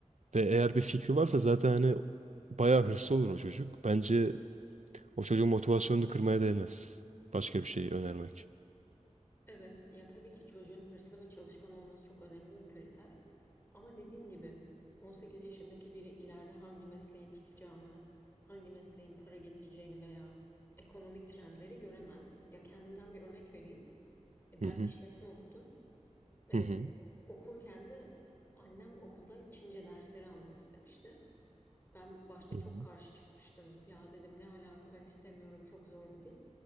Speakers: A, on the right (about 65°); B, on the left (about 15°).
A: Ve eğer bir fikri varsa zaten hani bayağı hırslı olur o çocuk. Bence o çocuğun motivasyonunu kırmaya değmez. Başka bir şey önermek.
B: Evet, ya tabii ki çocuğun hırslı ve çalışkan olması çok önemli bir kriter. Ama dediğim gibi 18 yaşındaki biri ileride hangi mesleğin tutacağını, hangi mesleğin para getireceğini veya ekonomik trendleri göremez. Ya kendimden bir örnek vereyim. E, ben
A: Hı hı.
B: işletme okudum. E,
A: Hı hı.
B: okurken de annem okulda Çince dersleri almamı istemişti. Ben başta
A: Hı
B: çok
A: hı.
B: karşı çıkmıştım. Ya dedim ne alaka ben istemiyorum çok zor bir dil.